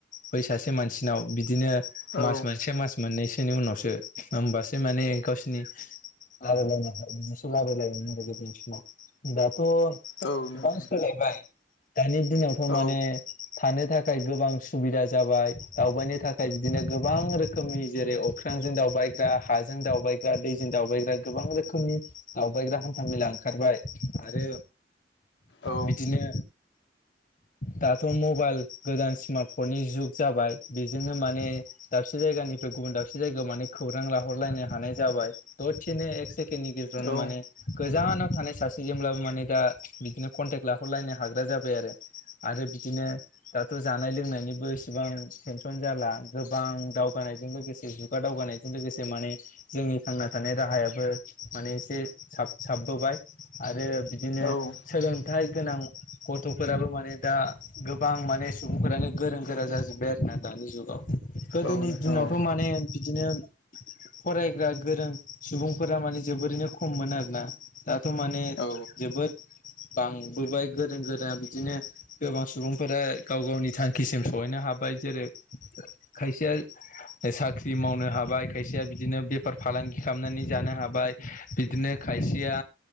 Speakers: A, on the left (about 50°); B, on the left (about 80°).
A: बै सासे मानसिनाव बिदिनो
B: औ
A: मास मोनसे, मास मोननैसोनि उनावसो होमबासो माने गावसो नि लाबोलायोमोन गोदोनि समाव दा थ'
B: औ नोंथां
A: गोबां सोलायबाय दानि दिनावथ' माने
B: औ
A: थानो थाखाय गोबां सुबिदा जाबाय, दावबायनो थाखाय बिदिनो गोबां रोखोमनि जेरै अख्रां जों दावबायग्रा, हाजों दावबायग ग्रा दैजों दावबायग्रा गोबां रोखोमनि दावबायग्रा हान्थ मेला ओंखारबाय आरो
B: औ
A: बिदिनो दाथ' मबाइल गोदान स्मार्टफननि जुग जाबाय बेजोंनो माने दाबसे जाय जायगानिफ्राय गुबुन दाबसे जायगायाव माने खौरां लाहरलायनो हानाय जाबाय दसेनो एक सेकेण्डनि गेजेरावनो
B: औ
A: माने गोजानाव थानाय सासेजोंब्लाबो माने दा बिदिनो कनटेक लाहरलायनो हाग्रा जाबाय आरो आरो बिदिनो दाथ' जानाय लोंनायनिबो इसेबां टेनसन जाला गोबां दावगानायजों लोगोसे जुगा दावगानायजों लोगोसे माने जोंनि थांना थानाय राहायाबो माने एसे साब-साबबोबाय आरो बिदिनो
B: औ
A: सोलोंथाइ गोनां गथ'फोराबो माने दा गोबां माने सुबुंफोरानो गोरों गोरा जाजोबबाय आरोना दानि जुगाव गोदोनि
B: औ नोंथां
A: दिनावथ'
B: औ
A: माने बिदिनो फरायग्रा गोरों सुबुंफोरा माने जोबोरैनो खममोन आरोना दाथ' माने
B: औ
A: जोबोद बांबोबाय गोरों गोरा बिदिनो गोबां सुबुंफोरा गाव-गावनि थांखिसिम सहैनो हाब बाय जेरै खायसेया साख्रि मावनो हाबाय खायसेया बि दिनो बेफार फालांगि खालामनानै जानो हाबाय बिदिनो खायसेया